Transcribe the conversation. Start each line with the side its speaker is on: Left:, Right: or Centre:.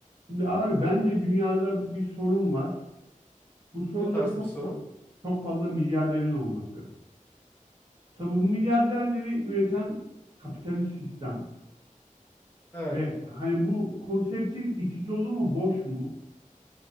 Right: Şimdi abi bence dünyada bir sorun var. Bu sorun
Left: Ne tarz
Right: da çok
Left: bir soru?
Right: fa- çok fazla milyarderin olması. Tabii bu milyarderleri üreten kapitalist sistem
Left: Evet.
Right: ve hani bu konseptin içi dolu mu boş mu?